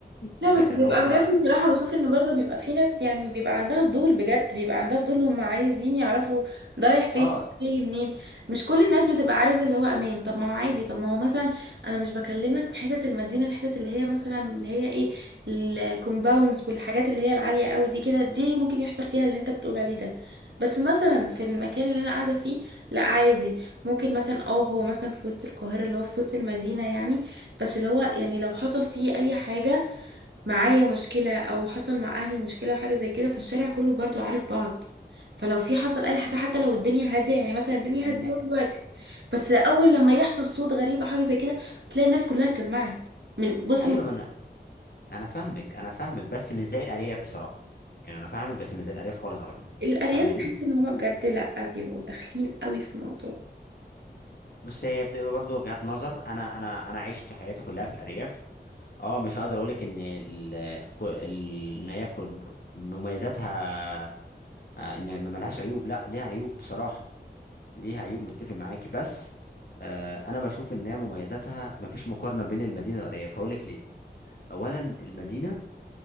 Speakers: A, on the right; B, on the left.
A: لا
B: مش
A: بس
B: عشان
A: بيبقى
B: هم
A: بجد بصراحة بشوف ان برضه بيبقى في ناس يعني بيبقى عندها فضول بجد بيبقى عندها فضول هم عايزين يعرفوا ده رايح فين
B: اه
A: جاي منين مش كل الناس بتبقى عايزة اللي هو امان طب ما هو عادي طب ما هو مثلا انا مش بكلمك في حتة المدينة الحتة اللي هي مثلا اللي هي ايه الكومباوندز والحاجات اللي هي العالية قوي دي كده دي ممكن يحصل فيها اللي انت بتقول عليه ده بس مثلا في المكان اللي انا قاعدة فيه لا عادي ممكن مثلا اه هو مثلا في وسط القاهرة اللي هو في وسط المدينة يعني بس اللي هو يعني لو حصل فيه اي حاجة معايا مشكلة أو حصل مع أهلي مشكلة أو حاجة زي كده فالشارع كله برضو عارف بعض فلو في حصل أي حاجة حتى لو الدنيا هادية يعني مثلا الدنيا
B: ان
A: هادية أهو دلوقتي بس أول لما يحصل صوت غريب أو حاجة زي كده تلاقي الناس كلها اتجمعت من بص
B: ايوه
A: من
B: ما انا انا فاهمك انا فاهمك بس مش زي الارياف بصراحه يعني انا فاهمك بس مش زي الارياف خالص على فكره
A: الأرياف
B: فاهماني
A: بحس إن هما بجد لأ بيبقوا داخلين قوي في الموضوع
B: بص هي بتبقى برضه وجهات نظر انا انا انا عشت حياتي كلها في الارياف اه مش هقدر اقولك ان ال... كو- ال... ان هي كل- مميزاتها آه، ان ما لهاش عيوب لا ليها عيوب بصراحه ليها عيوب متفق معاكي بس آه، انا بشوف ان هي مميزاتها مفيش مقارنه بين المدينه والارياف هقولك ليه اولا المدينه